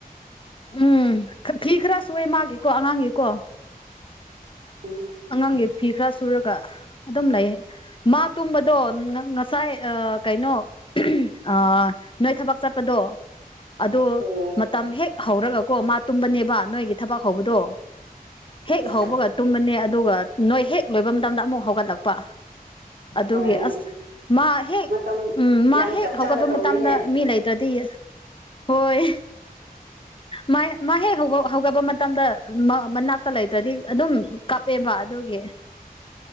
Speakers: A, on the left (about 35°); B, on the right (about 80°).
A: ꯎꯝ ꯐꯤ ꯈꯔ ꯁꯨꯑꯦ ꯃꯥꯒꯤꯀꯣ ꯑꯉꯥꯡꯒꯤꯀꯣ
B: ꯎꯝ
A: ꯑꯉꯥꯡꯒꯤ ꯐꯤ ꯈꯔ ꯁꯨꯔꯒ ꯑꯗꯨꯝ ꯂꯩ ꯃꯥ ꯇꯨꯝꯕꯗꯣ ꯉꯁꯥꯏ ꯀꯩꯅꯣ ꯑ ꯅꯣꯏ ꯊꯕꯛ ꯆꯠꯄꯗꯣ ꯑꯗꯣ
B: ꯑꯣ
A: ꯃꯇꯝ ꯍꯦꯛ ꯍꯧꯔꯒꯀꯣ ꯃꯥ ꯇꯨꯝꯕꯅꯦꯕ ꯅꯣꯏꯒꯤ ꯊꯕꯛ ꯍꯧꯕꯗꯣ ꯍꯦꯛ
B: ꯑꯣ
A: ꯍꯧꯕꯒ
B: ꯑꯣ
A: ꯇꯨꯝꯕꯅꯦ ꯑꯗꯨꯒ ꯅꯣꯏ ꯍꯦꯛ ꯂꯣꯏꯕ ꯃꯇꯝꯗ ꯑꯃꯨꯛ ꯍꯧꯒꯠꯂꯛꯄ ꯑꯗꯨꯒꯤ
B: ꯐꯔꯦꯅꯦ
A: ꯑꯁ ꯃꯥ ꯍꯦꯛ
B: ꯃꯇꯝ
A: ꯎꯝ ꯃꯥ
B: ꯌꯥꯝ
A: ꯍꯦꯛ
B: ꯆꯞ
A: ꯍꯧꯒꯠꯄ
B: ꯆꯥꯅ ꯇꯧꯔꯦꯍꯦ
A: ꯃꯇꯝꯗ ꯃꯤ ꯂꯩꯇ꯭ꯔꯗꯤ ꯍꯣꯏ ꯃꯥꯏ ꯃꯥ ꯂꯥꯛ ꯍꯧꯒꯠꯄ ꯃꯇꯝꯗ ꯃꯅꯥꯛꯇ ꯂꯩꯇ꯭ꯔꯗꯤ ꯑꯗꯨꯝ ꯀꯞꯄꯦꯕ ꯑꯗꯨꯒꯤ